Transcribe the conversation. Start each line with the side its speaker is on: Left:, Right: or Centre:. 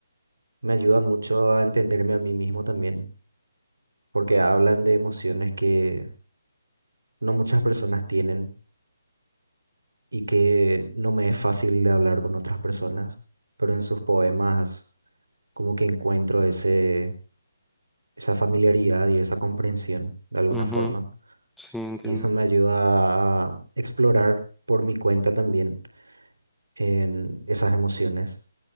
Right: me ayudan mucho a entenderme a mí mismo también, porque hablan de emociones que no muchas personas tienen y que no me es fácil de hablar con otras personas, pero en sus poemas como que encuentro ese, esa familiaridad y esa comprensión de alguna
Centre: Ujú,
Right: forma,
Centre: sí, entiendo.
Right: y eso me ayuda a explorar por mi cuenta también en esas emociones.